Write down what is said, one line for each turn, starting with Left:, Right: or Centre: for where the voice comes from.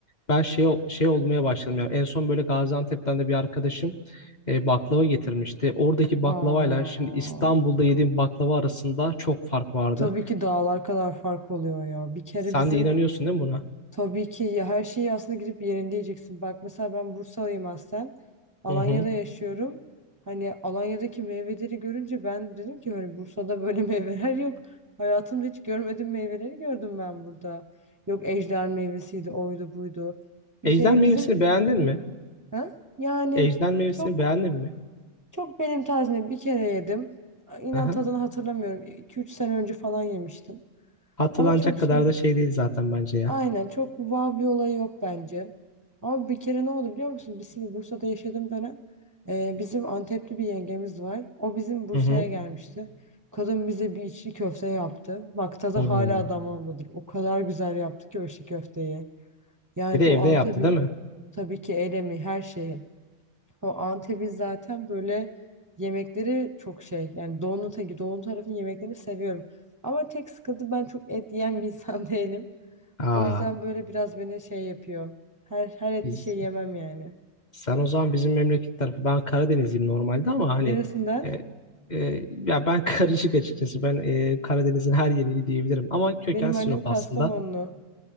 Left: Ben şey şey olmaya başladım ya. En son böyle Gaziantep'ten de bir arkadaşım e, baklava getirmişti. Oradaki baklavayla
Right: Aa,
Left: şimdi İstanbul'da yediğim baklava arasında çok fark vardı.
Right: tabii ki dağlar kadar fark oluyor ya. Bir kere
Left: Sen
Right: bizim
Left: de inanıyorsun değil mi buna?
Right: tabii ki ya her şeyi aslında gidip yerinde yiyeceksin. Bak mesela ben Bursalıyım aslen. Alanya'da
Left: Hı hı.
Right: yaşıyorum. Hani Alanya'daki meyveleri görünce ben dedim ki hani Bursa'da böyle <laughs> meyveler yok. Hayatımda hiç görmediğim meyveleri gördüm ben burada. Yok ejder meyvesiydi, oydu, buydu.
Left: <laughs>
Right: Bir
Left: Ejder
Right: kere
Left: meyvesini
Right: bizim
Left: beğendin mi?
Right: ha? Yani
Left: Ejder Mevsim'i
Right: çok
Left: beğendin mi?
Right: Çok benim tarzımda bir kere yedim. İnan
Left: Aha.
Right: tadını hatırlamıyorum. 2-3 sene önce falan yemiştim.
Left: Hatırlanacak
Right: Ama çok şey
Left: kadar da
Right: değil.
Left: şey değil zaten bence ya.
Right: Aynen çok wow bir olayı yok bence. Ama bir kere ne oldu biliyor musun? Biz şimdi Bursa'da yaşadığım dönem e, bizim Antepli bir yengemiz var. O bizim Bursa'ya
Left: Hı hı.
Right: gelmişti. Kadın bize bir içli köfte yaptı. Bak tadı
Left: Hmm.
Right: hala damağımdadır. O kadar güzel yaptı ki o içli köfteyi. Yani
Left: Bir de
Right: bu
Left: evde
Right: Antep'in
Left: yaptı değil mi?
Right: tabii ki elemi, her şeyi. O Antep'in zaten böyle yemekleri çok şey. Yani doğunun teki, doğu tarafın yemeklerini seviyorum. Ama tek sıkıntı ben çok et yiyen bir insan <laughs> değilim.
Left: Aa,
Right: O yüzden böyle biraz beni şey yapıyor. Her, her etli
Left: biz,
Right: şey yemem yani.
Left: sen o zaman bizim memleket tarafı. Ben Karadenizliyim normalde ama hani
Right: Neresinden?
Left: e, e, ya ben <laughs> karışık açıkçası. Ben e, Karadeniz'in her yerini diyebilirim. Ama köken
Right: Benim
Left: Sinop
Right: annem Kastamonlu.
Left: aslında.